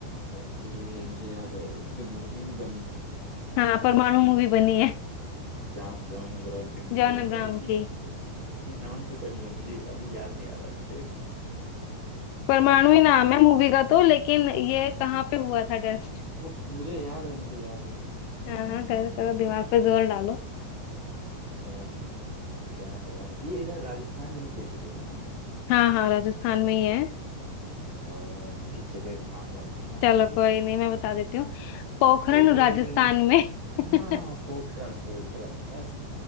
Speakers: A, on the right; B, on the left.
A: अ, ये मुझे याद है इस पे मूवी भी बनी थी
B: हाँ परमाणु
A: उसकी
B: मूवी बनी है
A: जॉन जॉन अब्राहम की मूवी
B: जॉन
A: बनी
B: अब्राहम
A: है उसी
B: की
A: ने उसी नाम से बनी है मुझे अभी याद नहीं आ रहा शिट
B: परमाणु ही नाम है मूवी का तो लेकिन ये कहाँ पे हुआ था टेस्ट
A: वो मुझे याद है मुझे याद है हम्म,
B: हाँ हाँ करो करो दिमाग पे जोर डालो
A: अ, क्या है यार ये इधर राजस्थान नहीं कहीं पे हुआ था ना
B: हाँ हाँ राजस्थान में ही है
A: अ, मुझे जगह का नाम याद नहीं आ रहा
B: चलो
A: है अभी
B: कोई नहीं मैं बता देती हूँ पोखरण
A: एक मिनट
B: राजस्थान
A: एक मिनट मुझे
B: में <laughs>
A: हाँ पोखरन पोखरन यस